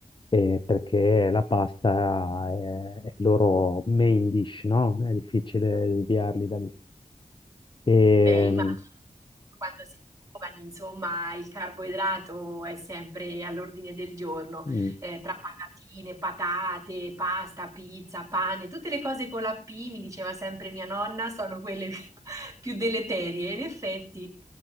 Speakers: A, on the left (about 35°); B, on the right (about 25°).
A: eh, perché la pasta è, è il loro main dish, no? È difficile sviarli da lì. E,
B: Eh, immagino
A: mm,
B: quando si è giovani, insomma, il carboidrato è sempre all'ordine del giorno,
A: mm,
B: eh, tra patatine, patate, pasta, pizza, pane, tutte le cose con la P, mi diceva sempre mia nonna, sono quelle <laughs> più deleterie. In effetti,